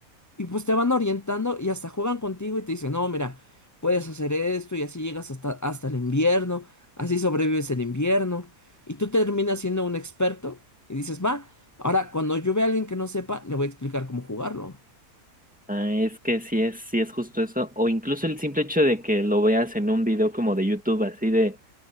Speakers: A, on the left; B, in the centre.
A: Y pues te van orientando y hasta juegan contigo y te dicen, no, mira, puedes hacer esto y así llegas hasta, hasta el invierno, así sobrevives el invierno. Y tú terminas siendo un experto y dices, va, ahora cuando yo vea a alguien que no sepa, le voy a explicar cómo jugarlo.
B: Ah, es que sí es, sí es justo eso. O incluso el simple hecho de que lo veas en un video como de YouTube, así de,